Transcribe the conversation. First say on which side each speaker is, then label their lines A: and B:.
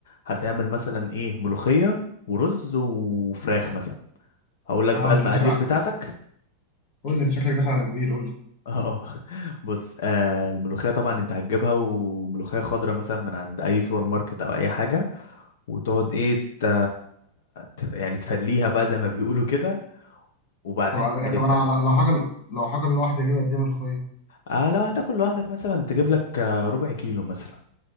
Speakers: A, on the left; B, on the left.
A: هتعمل مثلا ايه ملوخية ورز وفراخ مثلا هقول لك
B: اه
A: بقى المقادير
B: انت داخل على-
A: بتاعتك
B: قول لي انت شكلك داخل على كبير قول لي
A: اه <laughs> بص آه الملوخية طبعا انت هتجيبها وملوخية خضراء مثلا من عند اي سوبر ماركت او اي حاجة وتقعد ايه ت- ت- يعني تفليها بقى زي ما بيقولوا كده وبعدين
B: طب آه،
A: تهرسها
B: طب انا لو حاجه لو حاجه لوحدي اجيب قد ايه من الخيط
A: آه لو هتاكل لوحدك مثلا تجيب لك آه، ربع كيلو مثلا